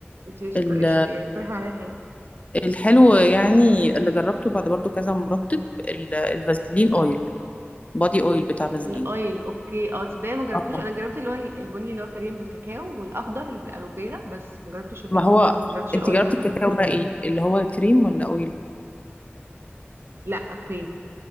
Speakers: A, on the right; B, on the left.
A: انتي وش-
B: ال-
A: اش- يعني اقترحي عليا حاجه
B: الحلو يعني اللي جربته بعد برضو كذا مرطب ال- الفازلين اويل بادي اويل بتاع فازلين
A: الاويل اوكي اه تصدقي أنا ما جربتوش
B: اه
A: انا جربت اللي هو ال- البني اللي هو تقريبا بالكاكاو والاخضر اللي بالالوفيرا بس ما جربتش الباقيين
B: ما هو
A: ما جربتش
B: انت
A: الاويل
B: جربتي
A: ده
B: الكاكاو
A: هو
B: بقى ايه اللي هو كريم ولا اويل
A: لا كريم